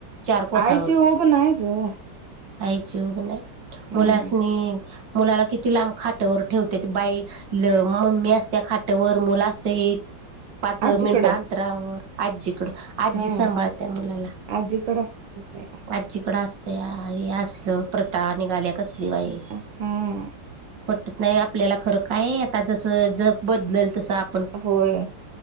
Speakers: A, on the right; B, on the right.
A: चार कोसावर
B: आईची ऊब नाहीच ओ
A: आईची ऊब नाय
B: हम्म
A: मुलास्नी मुलाला कित किती लांब खाटवर ठेवते ती बाई ल मम्मी असत्या खाटवर मुलं असतय पाच मिनिटं
B: आजीकडं
A: अंतरावर आजीकडं आजी
B: हा
A: सांभाळते मुलाला
B: आजीकडे असते झोपायला
A: आजीकड अस ते हा हे असल प्रथा निघाल्या कसली बाई
B: हम्म
A: पटत नाय आपल्याला खरं काय, आता जस जग बदलल तस आप
B: होय